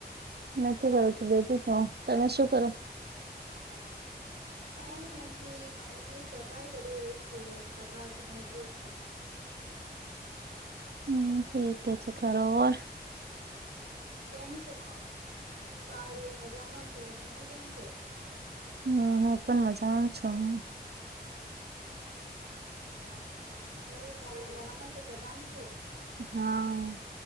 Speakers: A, on the right; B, on the right.
A: નથી કરું છું ભેગી છ તમે શું કરો?
B: ક આવ. કઈ નથી અમે સફાઈ કરી રહી છું કપડા સમેટ છું.
A: હમ ઠીક એ છે ખોર
B: કેમ છો સારું મજામાં છે તમે કેમ છો?
A: હમ હું પણ મજામાં છું હ
B: સારું છે તારા ગરામાં સ બદામ છે.
A: હા